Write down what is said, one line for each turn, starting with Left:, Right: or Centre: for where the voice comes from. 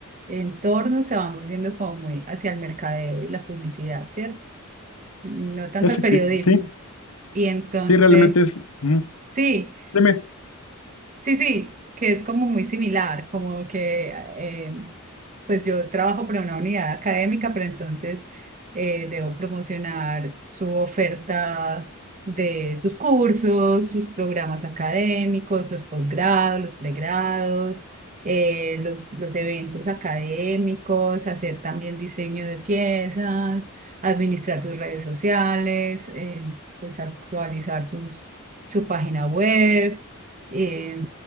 Right: entornos se van volviendo como muy hacia el mercadeo y la publicidad, ¿cierto? No tanto
Left: eso
Right: al periodismo.
Left: que, sí,
Right: Y entonces,
Left: sí, realmente es, mm,
Right: sí.
Left: dime,
Right: Sí, sí, que es como muy similar, como que eh, pues yo trabajo para una unidad académica, pero entonces eh, debo promocionar su oferta de sus cursos, sus programas académicos, los posgrados, los pregrados, eh, los, los eventos académicos, hacer también diseño de piezas, administrar sus redes sociales, eh, pues actualizar sus, su página web eh,